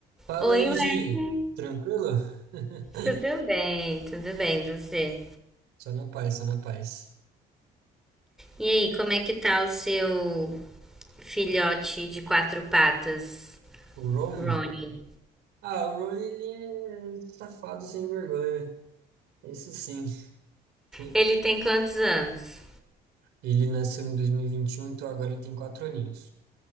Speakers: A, on the right (about 85°); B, in the centre.
A: Fala
B: Oi,
A: aí,
B: Wesley,
A: Gi. Tranquilo? <laughs>
B: tudo bem? Tudo bem, você?
A: Só na paz, só na paz.
B: E aí, como é que tá o seu filhote de quatro patas,
A: O Ron
B: Ronnie?
A: Ah, o Ron ele é safado sem vergonha. Isso sim. Sim.
B: Ele tem quantos anos?
A: Ele nasceu em dois mil e e vinte e um então agora ele tem quatro aninhos.